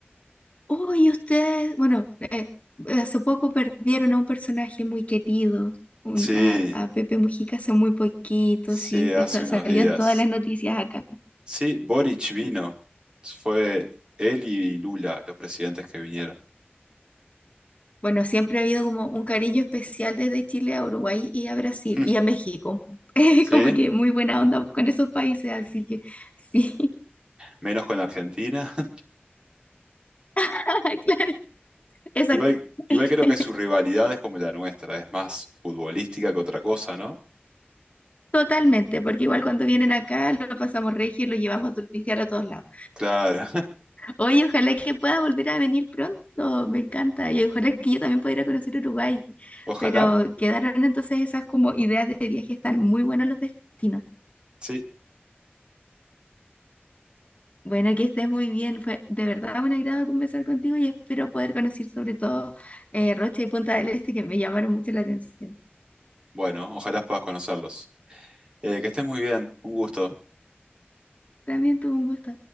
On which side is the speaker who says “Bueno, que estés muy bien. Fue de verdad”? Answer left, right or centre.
Left